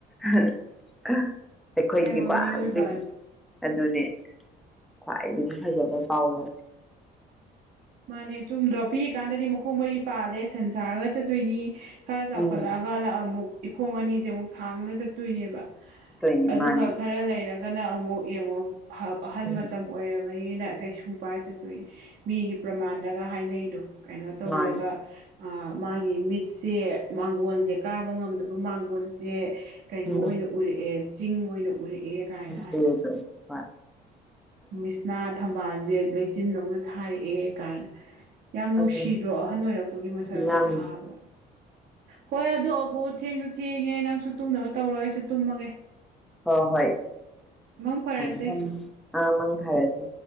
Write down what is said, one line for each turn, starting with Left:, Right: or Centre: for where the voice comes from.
Centre: ꯑꯩꯈꯣꯏꯒꯤꯀꯣꯗꯒꯤ
Right: ꯇꯥꯏꯕꯪ ꯃꯤꯑꯣꯏꯕ ꯑꯁꯦ
Centre: ꯑꯗꯨꯅꯦ ꯈ꯭ꯋꯥꯏꯗꯒꯤ ꯐꯖꯕ ꯄꯥꯎꯗꯣ
Right: ꯃꯥꯅꯦ ꯆꯨꯝꯗ꯭ꯔꯣ ꯄꯤꯛꯀꯥꯟꯗꯗꯤ ꯃꯈꯣꯡ ꯃꯔꯤ ꯄꯥꯜꯂꯦ ꯁꯟ ꯁꯥꯔꯒ ꯆꯠꯇꯣꯏꯅꯤ ꯈꯔ ꯆꯥꯎꯈꯠꯂꯛꯑꯒ
Centre: ꯎꯝ
Right: ꯑꯃꯨꯛ ꯏꯈꯣꯡ ꯑꯅꯤꯁꯦ ꯑꯃꯨꯛ ꯊꯥꯡꯉꯒ ꯆꯠꯇꯣꯏꯅꯦꯕ
Centre: ꯇꯣꯏꯅꯦ
Right: ꯑꯗꯨꯒ
Centre: ꯃꯥꯅꯦ
Right: ꯈꯔ ꯂꯩꯔꯒꯅ ꯑꯃꯨꯛ ꯌꯦꯡꯉꯨ ꯑ ꯑꯍꯜ
Centre: ꯎꯝ
Right: ꯃꯇꯝ ꯑꯣꯏꯔꯕꯅꯤꯅ ꯆꯩꯁꯨ ꯄꯥꯏꯔ ꯆꯠꯇꯣꯏ ꯃꯤꯒꯤ ꯄ꯭ꯔꯃꯥꯟꯗꯒ ꯍꯥꯏꯅꯩꯗꯣ ꯀꯩꯅꯣ ꯇꯧꯔꯦꯒ
Centre: ꯃꯥꯅꯦ
Right: ꯑꯥ ꯃꯥꯒꯤ ꯃꯤꯠꯁꯦ ꯃꯥꯡꯒꯣꯟꯖꯦ ꯀꯥꯕ ꯉꯝꯗꯕ ꯃꯥꯡꯒꯣꯟꯖꯦ ꯀꯩꯅꯣ
Centre: ꯎꯝ
Right: ꯑꯣꯏꯅ ꯎꯔꯛꯑꯦ ꯆꯤꯡ ꯑꯣꯏꯅ ꯎꯔꯛꯑꯦ ꯀꯥꯏꯅ ꯍꯥꯏꯗꯣ
Centre: ꯇ ꯍ
Right: ꯃꯤꯁꯅꯥ ꯊꯝꯕꯥꯜꯖꯦ ꯂꯩꯆꯤꯟꯗꯧꯅ ꯊꯥꯔꯛꯑꯦ ꯀꯥꯏꯅ ꯌꯥꯝ ꯅꯨꯡꯁꯤꯗ꯭ꯔꯣ
Centre: ꯑꯗꯨ
Right: ꯑꯍꯟ ꯑꯣꯏꯔꯛꯄꯒꯤ ꯃꯁꯛꯁꯦ
Centre: ꯌꯥꯝ
Right: ꯊꯥꯕꯗ ꯍꯣꯏ ꯑꯗꯨ ꯑꯒꯨ ꯊꯦꯡꯁꯨ ꯊꯦꯡꯉꯦ ꯅꯪꯁꯨ ꯇꯨꯝꯅꯕ ꯇꯧꯔꯣ ꯑꯩꯁꯨ ꯇꯨꯝꯃꯒꯦ
Centre: ꯍꯣꯏ ꯍꯣꯏ
Right: ꯃꯪ ꯐꯔꯁꯦ
Centre: ꯊꯝꯃꯦ ꯊꯝꯃꯦ ꯑꯥ ꯃꯪ ꯍꯥꯏꯔꯁꯤ